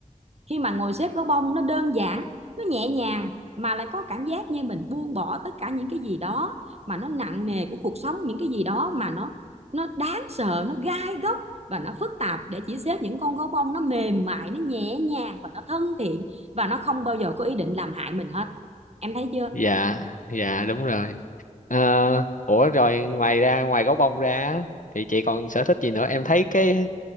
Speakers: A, on the right; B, on the left.
A: khi mà ngồi xếp gấu bông nó đơn giản nó nhẹ nhàng mà lại có cảm giác như mình buông bỏ tất cả những cái gì đó mà nó nặng nề của cuộc sống những cái gì đó mà nó nó đáng sợ nó gai góc và nó phức tạp để chỉ xếp những con gấu bông nó mềm mại nó nhẹ nhàng và nó thân thiện và nó không bao giờ có ý định làm hại mình hết em thấy chưa
B: dạ dạ đúng rồi Ờ, ủa rồi ngoài ra ngoài gấu bông ra á, thì chị còn sở thích gì nữa em thấy cái